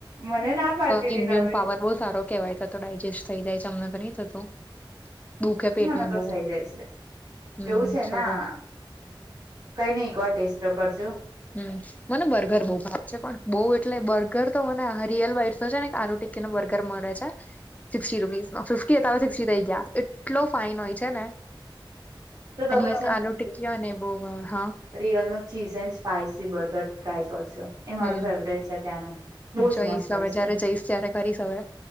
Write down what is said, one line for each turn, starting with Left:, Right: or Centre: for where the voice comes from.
Right: મને ના પાડતી
Left: ઈમ્યુન
Right: તી ન હવે
Left: પાવર બહું સારૂ કેવાય તો તો ડાયજેસ્ટ થઈ જાય છે અમને તો નહીં થતું. દુઃખે પેટમાં
Right: મને તો
Left: બહુ
Right: થઈ જાય છે,
Left: હમ
Right: એવું છે
Left: સરસ
Right: ના. કઈ નઈ એકવાર ટેસ્ટ તો કરજો.
Left: હમ, મને બર્ગર બઉ ભાવે છે પણ બઉ એટલે બર્ગર તો મને મ અ રીયલ બાઈટસ નો છે ને કે આલુટી કીનો બર્ગર મળે છે. સિક્સ્ટી રૂપીસમાં. ફિફ્ટી હતા હવે સિક્સ્ટી થઈ ગયા, એટલો ફાઈન હોય છે ને.
Right: તો તમે
Left: એની એક આલુટિક્કી હોય ને એ બહુ મ, હા
Right: રિયલનું cheese and spicy burger try કરજો. એ
Left: હમ
Right: મારું ફેવરેટ છે ત્યાંનું, બહુ
Left: જઈશ
Right: જ મસ્ત
Left: હવે
Right: હોય
Left: જયારે
Right: છે.
Left: જઈશ ક્યારેક કરીશ હવે,